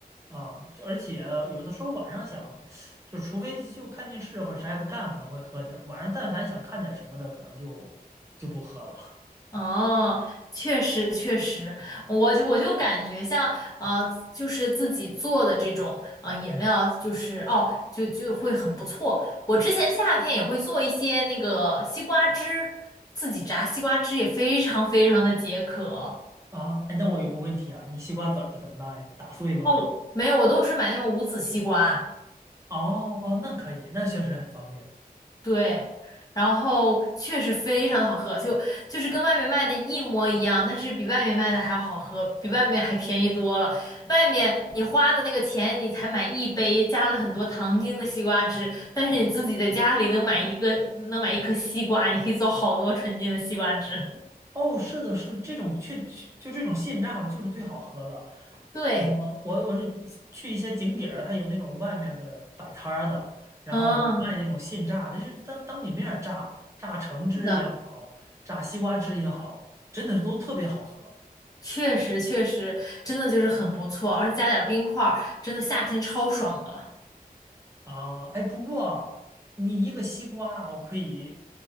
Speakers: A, on the right; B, on the left.
A: 啊。就而且有的时候晚上想，就是除非就看电视或者啥也不干，可能会喝点儿。晚上但凡想看点儿什么的，可能就就不喝了
B: 哦，确实确实，我就我就感觉像呃，就是自己做的这种呃饮料，就是哦，就就会很不错。我之前夏天也会做一些那个西瓜汁，自己榨西瓜汁也非常非常的解渴。
A: 啊。哎，那我有个问题啊，你西瓜籽儿怎么办？打碎了吗？
B: 哦，没有，我都是买那种无籽西瓜。
A: 哦哦，那可以，那确实很方便。
B: 对，然后确实非常的好喝，就就是跟外面卖的一模一样，但是比外面卖的还要好喝，比外面还便宜多了。外面你花的那个钱，你才买一杯加了很多糖精的西瓜汁，但是你自己在家里能买一个，能买一颗西瓜，你可以做好多纯净的西瓜汁。<laughs>
A: 哦，是的，是这种确就这种现榨的，就是最好喝的。
B: 对，
A: 嗯，我我是去一些景点儿，它有那种外面的摆摊儿的，然后卖那种现榨的，
B: 嗯，
A: 就是当当你面儿榨，榨橙汁也好，
B: 是的，
A: 榨西瓜汁也好，真的是都特别好喝
B: 确实确实，真的就是很不错，而且加点儿冰块儿真的夏天超爽的。
A: 啊！哎，不过你一个西瓜，我可以